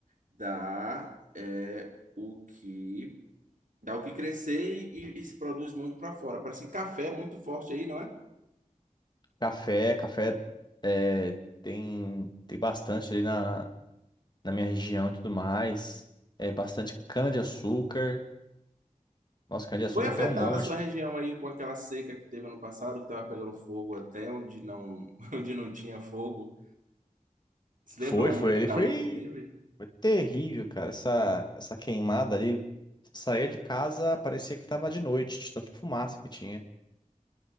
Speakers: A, on the right; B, on the left.
A: dá é o que dá o que crescer e, e se produz muito para fora. Parece que café é muito forte aí, não é?
B: Café, café é, tem, tem bastante ali na, na minha região e tudo mais. É bastante cana-de-açúcar. Nossa, cana-de-açúcar
A: Foi afetada
B: tem um monte.
A: a sua região aí com aquela seca que teve ano passado, que estava pegando fogo até onde não <laughs> onde não tinha fogo. Se
B: Foi,
A: lembra uma
B: foi.
A: onda de
B: Ele
A: calor
B: foi,
A: que teve?
B: foi terrível, cara. Essa, essa queimada ali. Você Saía de casa, parecia que tava de noite, de tanta fumaça que tinha.